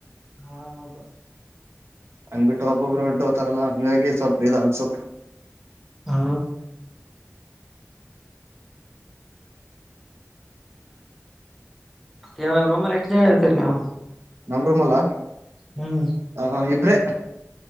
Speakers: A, in the centre; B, on the right.
A: ಹಾೌದು
B: ಹಂಗ್ ಬಿ ಟಾಪ್ ಒಬ್ರು ಹೊಂಟ ಹೋತಾರಲ್ಲ ಹಂಗಾಗಿ ಸ್ವಲ್ಪ ಇ ಒಂದಸೊಪ್
A: ಹಾ ಯಾವಾಗ ರೋಮಲ್ಲಿ ಎಷ್ಟು ಜನ ಇರ್ತೀರಿ ನೀವು
B: ನಮ ರೂಮ್ ಅಲ್ಲ
A: ಹ್ಮ್
B: ಹಾ ಇಬ್ರೆ